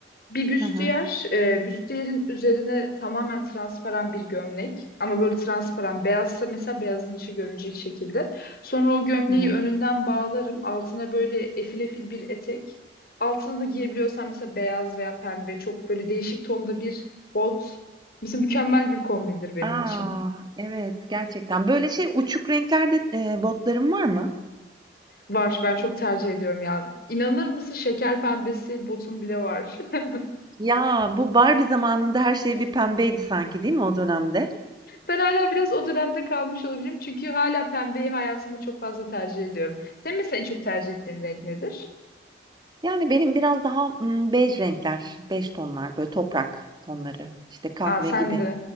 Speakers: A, on the left (about 55°); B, on the right (about 25°).
A: Bir büstiyer,
B: Hı hı,
A: e, büstiyerin üzerine tamamen transparan bir gömlek ama böyle transparan beyazsa mesela beyazın içi görünecek şekilde. Sonra o gömleği
B: hı hı.
A: önünden bağlarım. Altına böyle efil efil bir etek. Altına da giyebiliyorsan mesela beyaz veya pembe çok böyle değişik tonda bir bot. Mesela mükemmel bir kombindir benim
B: Aa,
A: için.
B: evet gerçekten. Böyle şey uçuk renklerde e, botlarım var mı?
A: Var ben çok tercih ediyorum ya. İnanır mısın şeker pembesi botum bile var. <laughs>
B: Ya bu Barbie zamanında her şey bir pembeydi sanki değil mi o dönemde?
A: Ben hala biraz o dönemde kalmış olabilirim. Çünkü hala pembeyi hayatımda çok fazla tercih ediyorum. Senin mesela en çok tercih ettiğin renk nedir?
B: Yani benim biraz daha mm, bej renkler, bej tonlar, böyle toprak tonları, işte kahve
A: Aa sen
B: gibi.
A: de.